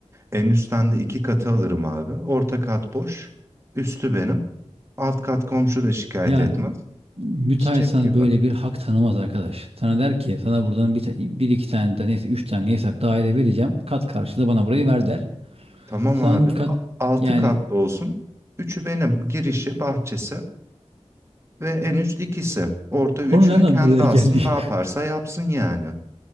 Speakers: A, on the right (about 25°); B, on the right (about 55°).
A: En üstten de iki katı alırım abi. Orta kat boş. Üstü benim. Alt kat komşu da şikayet
B: Ya
A: etmez.
B: müteahhit
A: Çiçek
B: sana
A: gibi.
B: böyle bir hak tanımaz arkadaş. Sana der ki sana buradan bir, ta- bir iki tane de neyse üç tane neyse daire vereceğim. Kat karşılığı bana burayı ver der.
A: Tamam
B: Sana
A: abi.
B: hangi
A: a-
B: kat
A: Altı
B: yani
A: katlı olsun. Üçü benim. Girişi, bahçesi ve en üst ikisi. Orta
B: konu
A: üçünü
B: nereden
A: kendi
B: buraya
A: alsın
B: geldi?
A: ne yaparsa
B: <laughs>
A: yapsın yani.